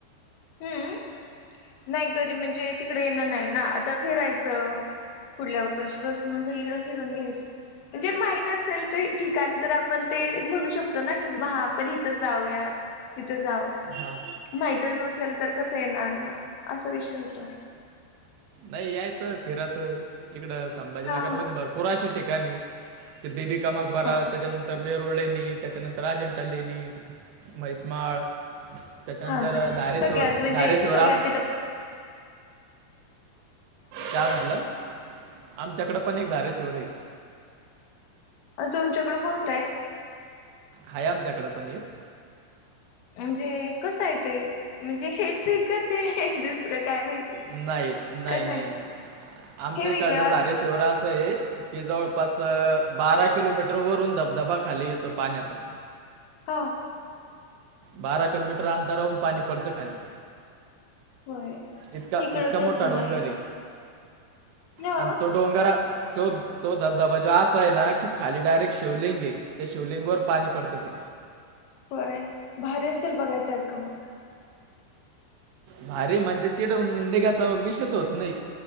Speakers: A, on the left; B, on the right.
A: हम्म नाही कधी म्हणजे ती कडे येन नाही ना आता फिरायचं पुढल्या वर्षीपासून सगळीकडे फिरून घ्यायचं. म्हणजे माहित असेल तर ठिकाण तर आपण ते म्हणू शकतो ना की बाबा हा आपण इथं जाऊया! तिथं जाव
B: हां
A: माहितच नसेल तर कसं येणार ना असा विषय हो
B: नाही यायचं फिराचं! इकडं संभाजीनगरमध्ये
A: हा
B: भरपूर असे ठिकाण आहेत बीबी काम मकबरा
A: हा
B: त्याच्यानंतर तर वेरुळलेणी त्याच्यानंतर अजिंठा लेणी म्हैसमाळ त्याच्यानंतर
A: हा
B: धारेश्वर
A: सगळ्यात म्हणजे
B: धारेश्वर
A: सगळ्यात
B: आम
A: तिथं
B: काय म्हणाल? आमच्याकडें पण एक धारेश्वर आहे.
A: आस तुमच्याकडे कोणतं आहे?
B: हाय आमच्याकडं पण एक!
A: म्हणजे कसं आहे ते म्हणजे हेच आहे दुसरं काय माहिती?
B: नाही नाही
A: कसं
B: नाही
A: आहे
B: नाही आमच्या
A: हे
B: इकडल
A: वेगळं
B: झारेश्वर
A: असेल
B: असं आहे कि जवळपास बारा किलोमीटर वरून धबधबा खाली येतो पाण्याचा.
A: हो
B: बारा किलोमीटर अंतरावरून पाणी पडत खाली.
A: होय
B: इतका
A: इकडं
B: इतका
A: तसं
B: मोठा
A: नाही
B: डोंगर आहे.
A: हा
B: आणि तो डोंगर तो तो धबधबा जो असा आहे ना, की खाली डायरेक्ट शिवलिंग आहे. ते शिवलिंग वर पाणी पडत ते.
A: होय भारी असेल बघायसारखं मग.
B: भारी म्हणजे, तिडून निघायच विषयच होत नाही.